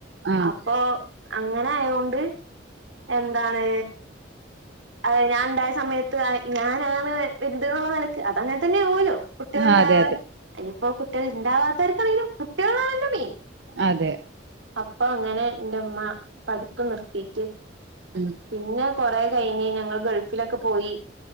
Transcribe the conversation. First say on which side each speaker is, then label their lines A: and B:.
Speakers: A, on the right; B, on the right.
A: ആഹ്
B: അപ്പൊ അങ്ങനെ ആയൊണ്ട് എന്താണ് അത ഞാൻ ഉണ്ടായ സമയത്ത് ഞാനാണ് വൽത് എന്നുള്ള നിലക്ക് അതങ്ങനെ തന്നെ ആലോ കുട്ടികള
A: ആഹ്
B: ഉണ്ടാവനി
A: അതെ അതെ
B: ഇപ്പൊ കുട്ടികൾ ഉണ്ടാവാത്തവർക്കാണെങ്കിലും കുട്ടികളാണല്ലോ മെയിൻ
A: അതെ
B: അപ്പൊ അങ്ങനെ എന്റെമ്മ പഠിപ്പ് നിർത്തിട്ട്
A: ഉം
B: പിന്നെ കൊറെ കഴിഞ്ഞ് ഞങ്ങൾ ഗൾഫിലൊക്കെ പോയി